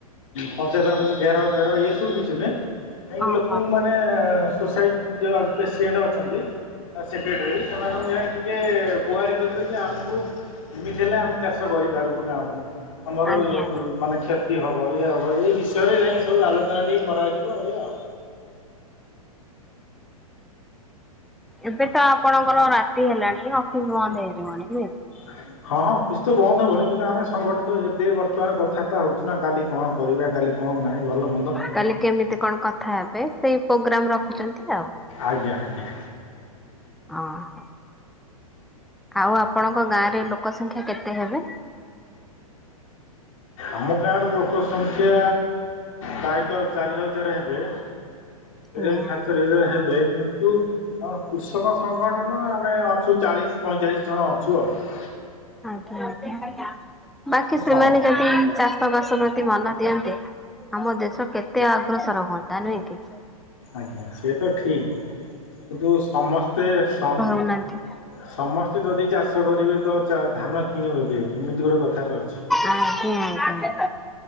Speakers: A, on the left; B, in the centre.
A: ପଞ୍ଚାୟତ ଅଫିସ ଘେରାଉ ଫେରାଉ ଏ ସବୁ କିଛି ନୁହେଁ, ଯାଇଁକି
B: ଓହୋ
A: ଲୋକଙ୍କୁ ମା ମାନେ ସୋସାଇଟି ଯିଏ ପ୍ରେସିଡେଣ୍ଟ ଅଛନ୍ତି ସେକେଟ୍ରି ସେମାନଙ୍କୁ ଯାଇ ଟିକେ ଗୁହାରି କରିବେ କି ଆମକୁ ଏମିତି ହେଲେ ଆମେ ଚାଷ କରିପାରିବୁ ନାହୁଁ ଆମର
B: ଆଜ୍ଞା।
A: ଲ ମାନେ କ୍ଷ ତି ହବ ଇଏ ହବ ଏଇ ବିଷୟରେ ଯାଇଁ ସବୁ ଆଲୋଚନା ଟିକେ କରାଯିବ ଏଇଆ ଆଉ।
B: ଏବେ ତ ଆପଣଙ୍କର ରାତି ହେଲାଣି ଅଫିସ୍ ବନ୍ଦ ହେଇଯିବଣି ନୁହେଁ?
A: ଆ ହଁ ହଁ ଅଫିସ୍ ତ ବନ୍ଦ ହବଣି କିନ୍ତୁ ଆମେ ସଂଗଠିତ ଏବେ ବର୍ତ୍ତମାନ କଥାବାର୍ତ୍ତା ହୋଉଚୁ ନା କାଲି କଣ କରିବା କାଲି କଣ ନାଇଁ ଭଲ ମ
B: କାଲି କେମିତି କଣ କଥା ହେବେ ସେଇ ପ୍ରୋଗ୍ରାମ ରଖୁଛନ୍ତି ଆଉ।
A: ଆଜ୍ଞା ଆଜ୍ଞା।
B: ହଁ। ଆଉ ଆପଣଙ୍କ ଗାଁ ରେ ଲୋକ ସଂଖ୍ୟା କେତେ ହେବେ?
A: ଆମ ଗାଁର ଲୋକ ସଂଖ୍ୟା ପ୍ରାୟତଃ ଚାରି ହଜାର ହେବେ।
B: ତିନିଆ।
A: ଚାରି ହଜାର ସାଢେ ଚାରି ହଜାର ହେବେ କିନ୍ତୁ ଆମର କୃଷକ ସଂଗଠନ ଆମେ ଅଛୁ ଚାଳିଶ ପଇଁଚାଳିଶ ଜଣ ଅଛୁ ଆଉ।
B: ଆଜ୍ଞା ଆଜ୍ଞା ବାକି ସେମାନେ
A: ସମ୍
B: ଯଦି ଚାଷ ବାସ ପ୍ରତି ମନ ଦିଅନ୍ତେ ଆମ ଦେଶ କେତେ ଆଗ ଅଗ୍ରସର ହୁଅନ୍ତା ନୁହଁ କି।
A: ଆଜ୍ଞା ସେ ତ ଠିକ୍ କିନ୍ତୁ ସମସ୍ତେ ସ
B: କହୁନାହାଁନ୍ତି।
A: ସମସ୍ତେ ଯଦି ଚାଷ କରିବେ ତ ଧାନ କିଣିବ କିଏ ଏମିତି ଗୋଟେ କଥାରେ ଅଛି।
B: ଆଜ୍ଞା ଆଜ୍ଞା।